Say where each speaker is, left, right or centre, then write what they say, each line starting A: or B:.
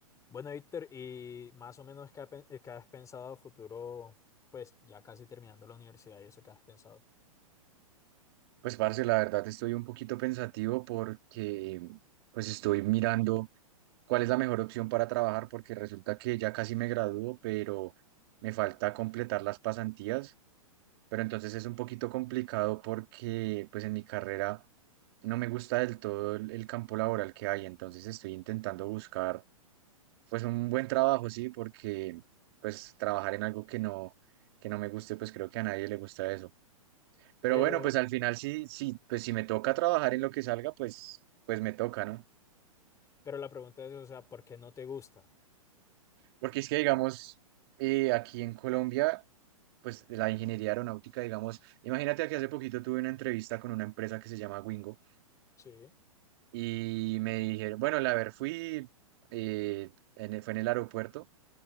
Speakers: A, on the left; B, on the right.
A: Bueno, Víctor, y más o menos qué, ha pen- qué has pensado a futuro, pues ya casi terminando la universidad y eso que has pensado.
B: Pues, parce, la verdad estoy un poquito pensativo porque pues estoy mirando cuál es la mejor opción para trabajar porque resulta que ya casi me gradúo, pero me falta completar las pasantías, pero entonces es un poquito complicado porque pues en mi carrera no me gusta del todo el, el campo laboral que hay, entonces estoy intentando buscar pues un buen trabajo, sí, porque pues trabajar en algo que no que no me guste, pues creo que a nadie le gusta eso. Pero
A: Pero,
B: bueno, pues al final sí, sí, pues si me toca trabajar en lo que salga, pues, pues me toca, ¿no?
A: pero la pregunta es, o sea, ¿por qué no te gusta?
B: Porque es que, digamos, eh, aquí en Colombia, pues la ingeniería aeronáutica, digamos, imagínate que hace poquito tuve una entrevista con una empresa que se llama Wingo
A: Sí.
B: y me dijeron, bueno, la ver, fui, eh, en el- fue en el aeropuerto